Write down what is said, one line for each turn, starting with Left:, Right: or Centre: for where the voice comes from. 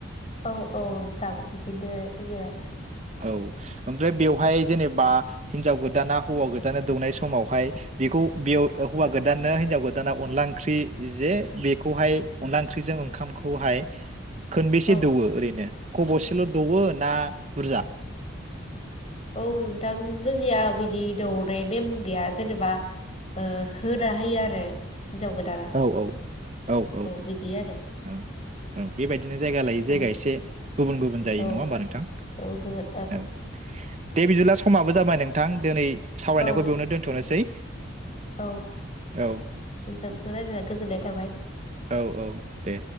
Left: औ औ नोंथां बिदिनो होयो
Right: औ ओमफ्राय बेवहाय जेनेबा हिनजाव गोदाना हौवा गोदाना दौनाय समावहाय बेखौ बेयाव हौवा गोदाननो हिनजाव गोदाना अनला ओंख्रि जे बेखौहाय अनला ओंख्रिजों ओंखामखौहाय खोनबेसे
Left: औ
Right: दौवो ओरैनो खब'सेल' दौवो ना बुरजा
Left: औ नोंथां जोंनिया बिदि दौनाय नेम गैया जेनेबा होना होयो आरो गोदाना
Right: औ औ औ औ औ
Left: बिदि आरो
Right: औ औ बेबायदिनो जायगा लायै जायगा
Left: औ
Right: एसे गुबुन गुबुन जायै
Left: औ
Right: नङा होमबा नोंथां
Left: औ गुबुन
Right: औ दे बिदिला समाबो जाबाय नोंथां दिनै सावरायनायखौ
Left: औ
Right: बेयावनो दोनथ'नोसै
Left: औ
Right: औ
Left: नोंथांजों रायलायनानै गोजोननाय थाबाय
Right: औ औ दे